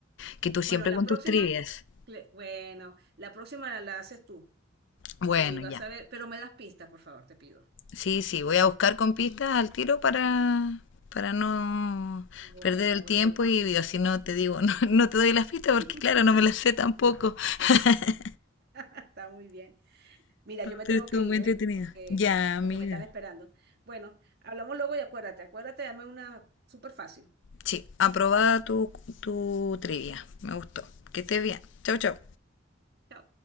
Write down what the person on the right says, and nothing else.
Bueno, la
próxima,
cle- bueno, la próxima la, la haces tú
y vas
a ver, pero me das pistas, por favor, te pido.
Bueno,
bueno.
<laughs>
Está muy bien. Mira, yo me
tengo
que ir,
¿eh? Porque,
porque me están esperando. Bueno, hablamos luego y acuérdate, acuérdate, dame una súper fácil.
Chao.